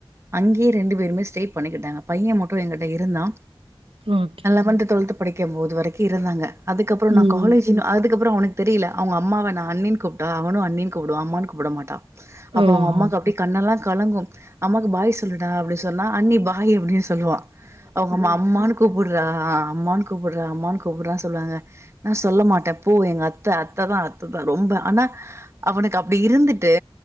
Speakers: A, on the right; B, on the right.
A: அங்கேயே ரெண்டு பேருமே ஸ்டே பண்ணிக்கிட்டாங்க பைய மட்டு எங்கிட்ட இருந்தா
B: ஓகே.
A: நா லெவன்த் டுவெல்த் படிக்கும்போது வரைக்கு இருந்தாங்க அதுக்கப்றோ
B: ம்.
A: நா ச்சினு அதுக்கப்பறோ அவனுக்கு தெரியல அவங்க அம்மாவ நா அண்ணின்னு கூப்ட்டா அவனு அண்ணின்னு கூப்டுவா அம்மானு கூப்ட மாட்டா அப்ப
B: ஓஹோ!
A: அவங்க அம்மாக்கு அப்டியே கண்ணெல்லா கலங்கு அம்மாக்கு பாய் சொல்லுடா அப்டின்னு சொன்னா அண்ணி பாய் அப்டின்னு சொல்லுவா அவங்கம்மா அம்மான்னு கூப்பிட்றா அம்மான்னு கூப்பிட்றா அம்மான்னு கூப்பிட்றான்னு சொல்லுவாங்க நா சொல்ல மாட்டே போ எங்க அத்தை அத்தைதா அத்தைதா ரொம்ப ஆனா அவனுக்கு அப்டி இருந்துட்டு